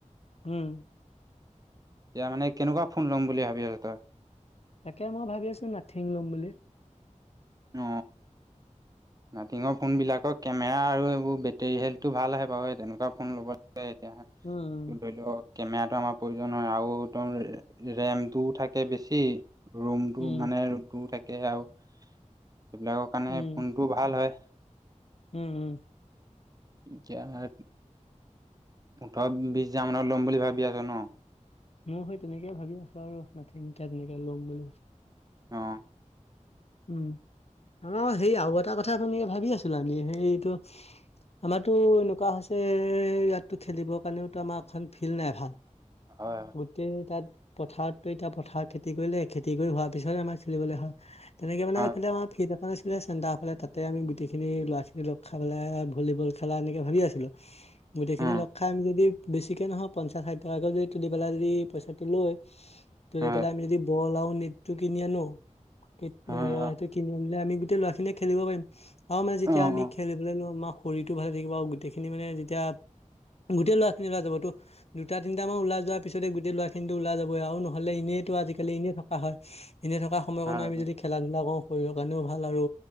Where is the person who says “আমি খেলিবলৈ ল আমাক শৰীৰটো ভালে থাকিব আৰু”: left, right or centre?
Left